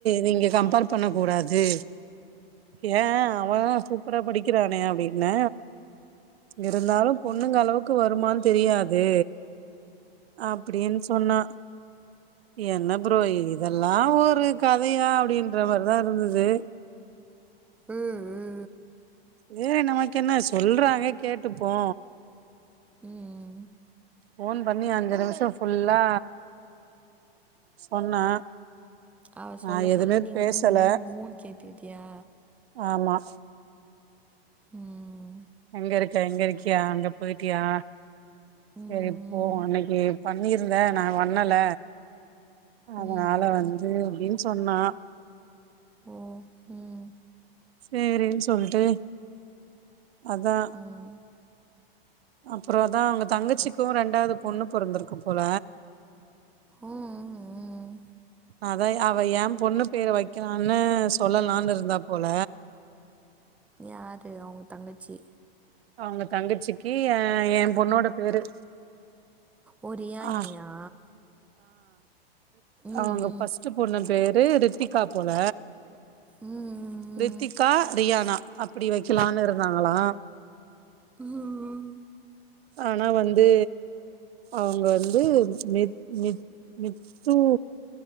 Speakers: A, on the right (about 75°); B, in the centre.
A: நீங்க கம்பேர் பண்ணக்கூடாது ஏ அவதா சூப்பரா படிக்கிறானே அப்டி ன்ன இருந்தாலு பொண்ணுங்க அளவுக்கு வருமான் தெரியாது அப்டீன் சொன்னா என்ன ப்ரோ இதெல்லா ஒரு க தயா அப்டின்ற மாரிதா இருந்தது
B: ம் ம்
A: சேரி நமக்கென்ன சொல்றாங்க கேட்டுப்போ
B: ம்‌ ம்
A: ஃபோன் பண்ணி அஞ்சு நிமிஷொ ஃபுல்லா சொன்னா
B: அவ சொல்ல
A: நா எதுமே
B: சொல்ல நீ
A: பேசல
B: ஊ ஊ ஊன் கேட்டுகிட்டியா
A: ஆமா
B: ம்
A: எங்கருக்க இங்கருக்கியா அங்க போயிட்டியா
B: ம்
A: செரி போவொ
B: ம்
A: இன்னக்கி பண்ணி ருந்த நாங்க வண்ணல அதனால
B: ம் ம்
A: வந்து அப்டின் சொன்னா
B: ஓ ம்
A: சேரின் சொல்ட்டு அதா
B: ம்
A: அப்றொ அதா அவுங்க தங்கச்சிக்கு ரெண்டாது பொண்ணு பொறந்துருக்கு போல
B: ம் ம்
A: அதா அவ ஏ பொண்ணு பேர வக்கலான்னு சொல்லலானு இருந்தா போல
B: யாரு அவுங்க தங்கச்சி
A: அவுங்க தங்கச்சிக்கு ஏ ஏ பொண்ணோட பேரு
B: ஒ ரியானியா
A: ஆ
B: ம்
A: அவுங்க
B: ம்
A: ஃபர்ஸ்ட்டு பொண்ணு பேரு ரித்திகா போல
B: ம் ம்
A: ரித்திகா ரியானா அப்டி வக்கலான் இருந்தாங்களா
B: ம் ம்
A: ஆனா வந்து அவுங்க வந்து மித் மித் மித்து